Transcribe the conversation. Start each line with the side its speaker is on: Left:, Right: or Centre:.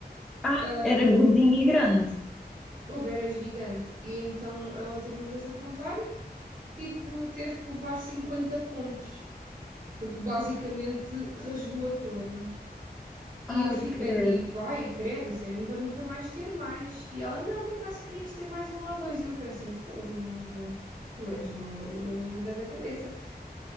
Centre: Ah,
Right: Ahm,
Centre: era gordinho e grande.
Right: houve é gigante. E então ela teve uma vez a contar, tipo, teve que levar 50 pontos, porque basicamente rasgou-a toda. E
Centre: Ai,
Right: eu fiquei
Centre: credo.
Right: tipo, ai, credo, isso é mesmo para nunca mais ter mais. E ela, não, por acaso querias ter mais um ou dois. E eu pensei, fogo, tu és do da da cabeça.